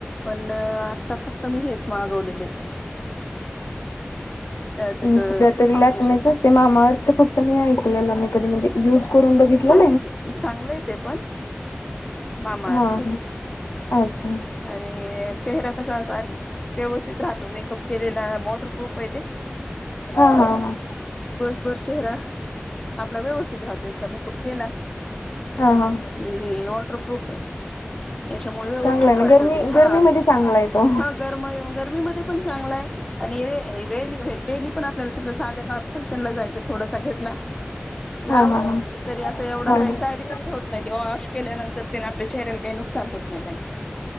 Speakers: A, on the left (about 15°); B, on the left (about 80°).
A: पण आता फक्त मी हेच मागवलेले. अ त्याचं
B: मी सगळ्या तरी
A: फाउंडेशन
B: लॅकमेच असते, मामा अर्थ फक्त मी ऐकलेल मी कधी म्हणजे युज करून बघितलं
A: हा नाही चांगलंय ते पण मामा
B: हा
A: अर्थच
B: हा अच्छा
A: आणि चेहरा कसा असा व्यवस्थित राहतो, मेकअप केलेला वॉटरप्रूफ आहे ते.
B: हा हा हा
A: बरं चेहरा आपला व्यवस्थित राहतो एकदा मेकअप केला.
B: हा हा
A: कि वॉटरप्रुफ आहे, त्याच्यामुळे व्यवस्थित
B: चांगला आहे ना
A: वाटतं
B: गरमी
A: ते हा
B: गरमीमध्ये चांगला आहे तो
A: हा गरमाई गर्मीमध्ये हे पण चांगलं आहे आणि हे डेली हे डेली पण आपलाल्या साध्या फक्शनला जायचंय थोडंसं घेतलं लावलं
B: हा हा
A: तरी अस एवढ
B: हा हा
A: काही साईड इफेक्ट होत नाही ते वाँश केल्यानंतर आपल्या चेहऱ्याला काही नुकसान होत नाही त्याने